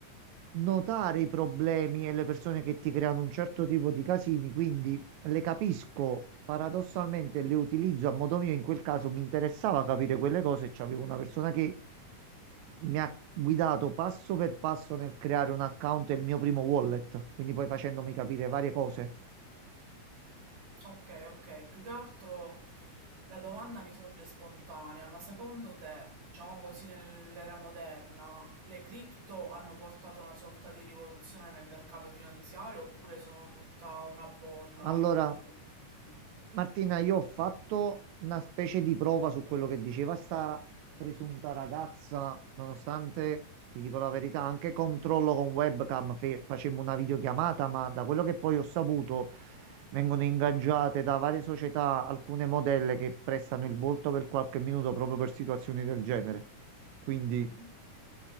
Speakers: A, on the right; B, on the right.
A: notare i problemi e le persone che ti creano un certo tipo di casini, quindi le capisco, paradossalmente le utilizzo a modo mio, in quel caso mi interessava capire quelle cose, c'avevo una persona che mi ha guidato passo per passo nel creare un account e il mio primo wallet, quindi poi facendomi capire varie cose.
B: Ok, ok, più che altro la domanda mi sorge spontanea, ma secondo te, diciamo così, nell'era moderna, le cripto hanno portato una sorta di rivoluzione nel mercato finanziario oppure sono tutta una bolla,
A: Allora
B: come dicono tutti?
A: Martina, io ho fatto una specie di prova su quello che diceva sta presunta ragazza, nonostante, ti dico la verità, anche controllo con webcam, fe- facemmo una videochiamata, ma da quello che poi ho saputo, vengono ingaggiate da varie società alcune modelle che prestano il volto per qualche minuto proprio per situazioni del genere. Quindi
B: Mhm.